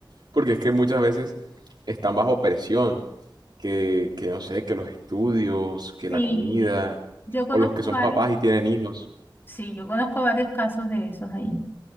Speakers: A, on the right; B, on the left.
A: Porque es que muchas veces están bajo presión, que, que no sé, que los estudios, que
B: sí,
A: la comida,
B: yo conozco
A: o los que son
B: varios,
A: papás y tienen hijos.
B: sí, yo conozco varios casos de esos ahí.